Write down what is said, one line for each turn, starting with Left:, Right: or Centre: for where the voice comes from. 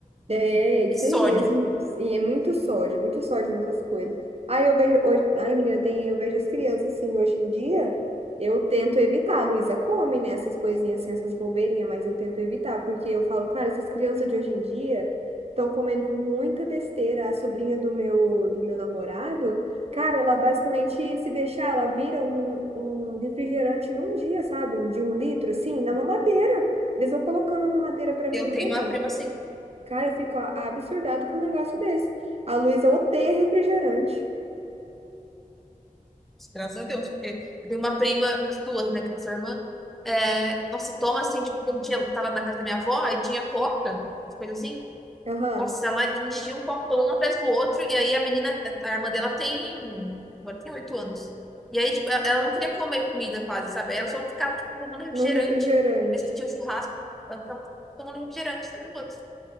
Right: É, isso
Centre: e sódio.
Right: aí mesmo. E é muito sódio, muito sódio nessas coisas. Aí eu vejo hoje, ai menina, tem, eu vejo as crianças assim hoje em dia, eu tento evitar. A Luísa come, né, essas coisinhas assim, essas bobeirinhas, mas eu tento evitar, porque eu falo, cara, essas crianças de hoje em dia estão comendo muita besteira. A sobrinha do meu do meu namorado, cara, ela basicamente se deixar, ela vira um, um refrigerante num dia, sabe? Um de um litro assim, na mamadeira. Eles vão colocando a mamadeira pra menina.
Centre: Eu tenho uma prima assim,
Right: Cara, eu fico a- absurdado com um negócio desse. A Luísa odeia refrigerante.
Centre: graças a Deus, porque eu tenho uma prima, as duas, né, que é a sua irmã. É, nossa, toma assim, tipo, um dia eu tava na casa da minha avó, aí tinha coca, coisa assim.
Right: Aham,
Centre: Nossa, ela enchia um copão um atrás do outro, e aí a menina, a irmã dela tem, agora tem oito anos. E aí, tipo, ela não queria comer comida quase, sabe? Ela só ficava, tipo, tomando refrigerante,
Right: não refrigerante.
Centre: vez que tinha churrasco, ela ficava tomando refrigerante, três minutos.